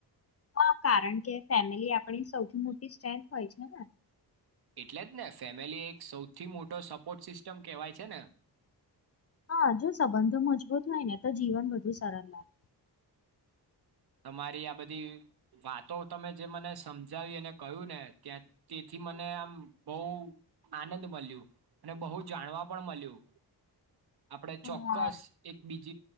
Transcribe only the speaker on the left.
હા કારણ કે ફેમિલી આપણી સૌથી મોટી સ્ટ્રેન્થ હોય છે ને
હા જો સંબંધો મજબૂત હોય ને તો જીવન બધું સરણ લાગ
હા